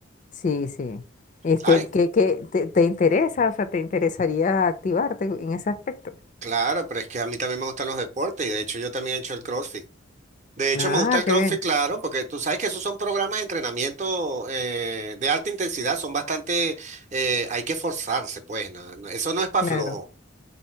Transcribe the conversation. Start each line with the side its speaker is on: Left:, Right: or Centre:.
Left: sí. sí. Este,
Right: Ay,
Left: ¿qué, qué te, te interesa? O sea, ¿te interesaría activarte en ese aspecto?
Right: claro, pero es que a mí también me gustan los deportes y de hecho yo también he hecho el CrossFit. De hecho,
Left: Ah,
Right: me gusta el
Left: qué
Right: CrossFit,
Left: bien,
Right: claro, porque tú sabes que esos son programas de entrenamiento eh, de alta intensidad, son bastante, eh, hay que forzarse, pues, na- na- eso no es para
Left: claro.
Right: flojo.